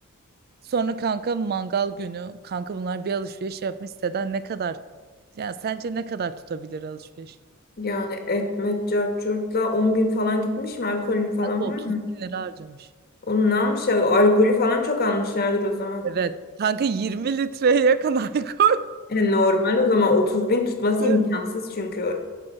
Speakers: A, on the right; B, on the left.
A: Sonra kanka mangal günü. Kanka bunlar bir alışveriş yapmış. Seda ne kadar? Ya sence ne kadar tutabilir alışveriş?
B: Yani etmet cart curtla 10 bin falan gitmiş mi? Alkol falan
A: Kanka 30
B: var mı?
A: bin lira harcamış.
B: Onu ne almış ya? Alkolü falan çok almışlardır o zaman.
A: Evet. Kanka 20 litreye yakın alkol.
B: Yani normal o zaman 30 bin tutması
A: <laughs>
B: imkansız çünkü.